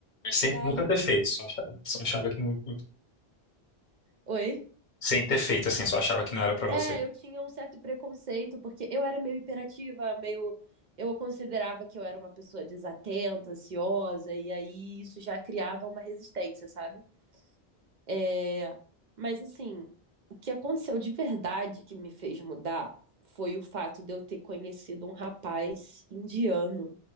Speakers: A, on the left; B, on the right.
A: Sem
B: E aí.
A: nunca ter feito, só achava, só achava que não.
B: Oi?
A: Sem ter feito assim, só achava que não era pra
B: É,
A: você.
B: eu tinha um certo preconceito, porque eu era meio hiperativa, meio. Eu considerava que eu era uma pessoa desatenta, ansiosa, e aí isso já criava uma resistência, sabe? É, mas assim, o que aconteceu de verdade que me fez mudar foi o fato de eu ter conhecido um rapaz indiano